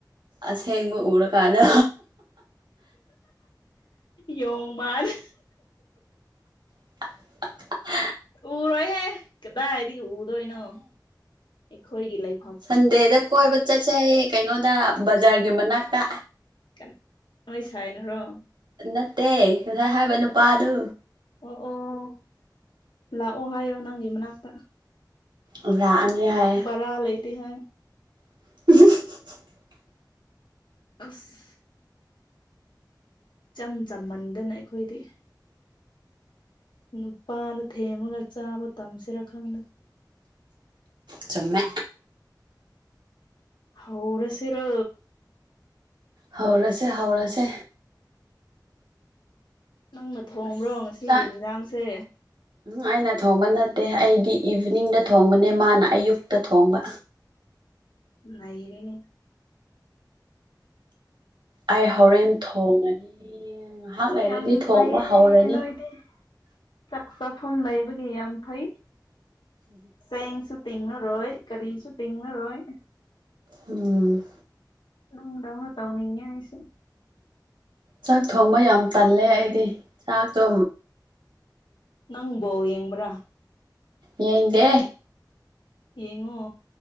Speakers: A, on the right; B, on the left.
A: ꯑꯁꯦꯡꯕ ꯎꯔꯀꯥꯟꯗ
B: ꯌꯣ ꯃꯥꯅꯦ
A: <inaudible>
B: ꯎꯔꯣꯏꯍꯦ ꯀꯗꯥꯏꯗꯒꯤ ꯎꯗꯣꯏꯅꯣ ꯑꯩꯈꯣꯏꯒꯤ ꯂꯩ
A: ꯁꯟꯗꯦꯗ ꯀꯣꯏꯕ ꯆꯠꯁꯩꯌꯦ ꯀꯩꯅꯣꯗ ꯕꯖꯥꯔꯒꯤ ꯃꯅꯥꯛꯇ
B: ꯀ ꯅꯣꯏ ꯁꯥꯏꯅꯔꯣ
A: ꯅꯠꯇꯦ ꯉꯁꯥꯏ ꯍꯥꯏꯕ ꯅꯨꯄꯥꯗꯨ
B: ꯑꯣ ꯑꯣ ꯂꯥꯛꯑꯣ ꯍꯥꯏꯌꯣ ꯅꯪꯒꯤ ꯃꯅꯥꯛꯇ
A: ꯂꯥꯛꯑꯅꯤ ꯍꯥꯏ
B: ꯕꯔ ꯂꯩꯩꯇ ꯍꯣꯏ
A: <inaudible>
B: ꯑꯁ ꯏꯆꯝ ꯆꯃꯟꯗꯅ ꯑꯩꯈꯣꯏꯗꯤ ꯅꯨꯄꯥꯅ ꯊꯦꯝꯃꯒ ꯆꯥꯕ ꯇꯝꯁꯤꯔ ꯈꯪꯅ
A: ꯆꯃꯦ
B: ꯍꯔ ꯁꯤꯔ
A: ꯍꯧꯔꯁꯦ ꯍꯧꯔꯁꯦ
B: ꯅꯪꯅ ꯊꯣꯡꯕ꯭ꯔꯣ
A: ꯑꯁ
B: ꯉꯁꯤꯒꯤ
A: ꯆꯥꯛ
B: ꯌꯦꯟꯁꯥꯡꯁꯦ
A: ꯎꯝ ꯑꯩꯅ ꯊꯣꯡꯕ ꯅꯠꯇꯦ ꯑꯩꯗꯤ ꯏꯚꯤꯅꯤꯡꯗ ꯊꯣꯡꯕꯅꯦ ꯃꯥꯅ ꯑꯌꯨꯛꯇ ꯊꯣꯡꯕ
B: ꯃꯍꯩꯔꯅꯦ
A: ꯑꯩ ꯍꯣꯔꯦꯟ ꯊꯣꯡꯉꯅꯤ ꯉꯥꯏꯍꯥꯛ ꯂꯩꯔꯗꯤ
B: ꯌꯥꯝ
A: ꯊꯣꯡꯕ
B: ꯐꯩꯌꯦ
A: ꯍꯧꯔꯅꯤ
B: ꯅꯣꯏꯗꯤ ꯆꯥꯛ ꯆꯥꯐꯝ ꯂꯩꯕꯒꯤ ꯌꯥꯝ ꯐꯩ ꯆꯦꯡꯁꯨ ꯇꯤꯡꯉꯔꯣꯏ ꯀꯔꯤꯁꯨ ꯇꯤꯡꯅꯔꯣꯏ
A: ꯎꯝ
B: ꯎꯅꯨꯡ ꯇꯧꯅ ꯇꯧꯅꯤꯦ ꯍꯥꯏꯁ
A: ꯆꯥꯛ ꯊꯣꯡꯕ ꯌꯥꯝ ꯇꯜꯂꯦ ꯑꯩꯗꯤ ꯆꯥꯛꯇꯣ
B: ꯅꯪꯕꯣ ꯌꯦꯡꯕ꯭ꯔꯥ
A: ꯌꯦ ꯏꯗꯦ
B: ꯌꯦꯡꯉꯣ